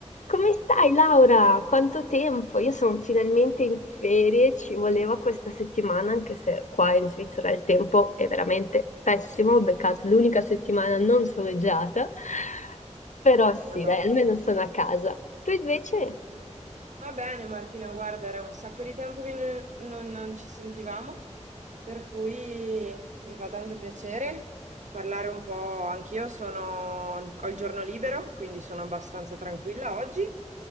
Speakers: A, on the left; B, on the right.
A: Come stai, Laura? Quanto tempo? Io sono finalmente in ferie, ci voleva questa settimana, anche se qua in Svizzera il tempo è veramente pessimo, ho beccato l'unica settimana non soleggiata, però sì,
B: Madonna.
A: dai, almeno sono a casa. Tu invece?
B: Va bene Martina, guarda, era un sacco di tempo che non, non- non ci sentivamo, per cui mi fa tanto piacere parlare un po'. Anch'io sono, ho il giorno libero, quindi sono abbastanza tranquilla oggi.